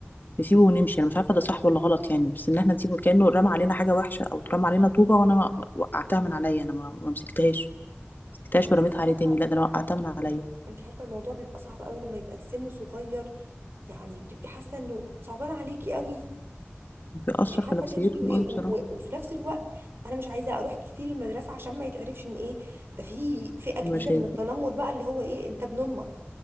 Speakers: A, on the left (about 45°); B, on the right (about 60°).
A: نسيبه ونمشي انا مش عارفه ده صح ولا غلط يعني بس ان احنا نسيبه كانه رمى علينا حاجه وحشه او اترمى علينا طوبه وانا ما وقعتها من عليا انا ما ما مسكتهاش مسكتهاش
B: والله
A: ورميتها
B: بس عارفه
A: عليه تاني لا ده انا وقعتها من عليا
B: انت عارفه الموضوع بيبقى صعب قوي لما يبقى السن صغير يعني بتبقي حاسه انه صعبان عليكي قوي
A: بيأثر
B: مش عارفه
A: في نفسيتهم
B: تعملي له ايه
A: قوي
B: و
A: بصراحه
B: و وفي نفس الوقت انا مش عايزه اروح كتير المدرسه عشان ما يتعرفش ان ايه ده في فئه جديده
A: المشاكل
B: من التنمر بقى اللي هو ايه انت ابن امك